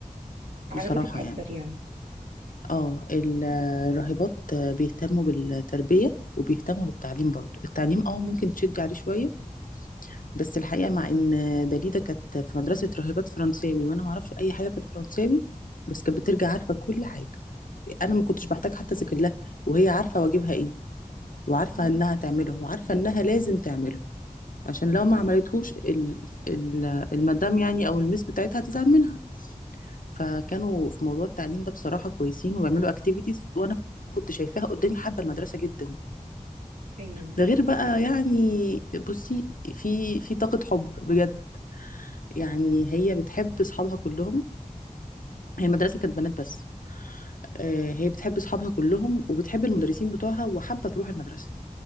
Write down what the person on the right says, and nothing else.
عجبتك
اكتر
يعني
مم.
ايوه